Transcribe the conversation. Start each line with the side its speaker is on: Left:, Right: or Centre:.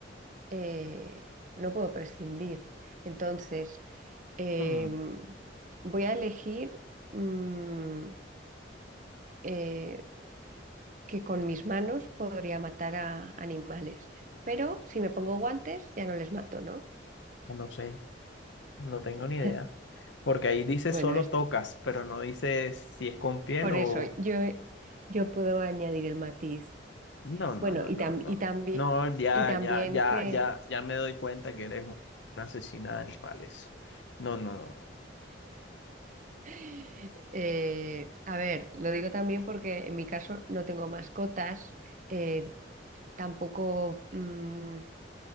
Right: eh, no puedo prescindir. Entonces, em,
Left: Hmm,
Right: voy a elegir... mm, eh, que con mis manos podría matar a animales, pero si me pongo guantes ya no les mato, ¿no?
Left: no sé, no tengo
Right: <laughs>
Left: ni idea. Porque ahí dice
Right: Bueno,
Left: solo
Right: esto-
Left: tocas, pero no dice si es con piel
Right: por
Left: o...
Right: eso yo, yo puedo añadir el matiz.
Left: No, no,
Right: Bueno,
Left: no,
Right: y,
Left: no,
Right: tam-
Left: no.
Right: y, tambi-
Left: No, ya,
Right: y también
Left: ya, ya,
Right: que,
Left: ya, ya me doy cuenta que eres un- una asesina de animales. No, no, no.
Right: <laughs> eh, a ver, lo digo también porque en mi caso no tengo mascotas, eh, tampoco mm,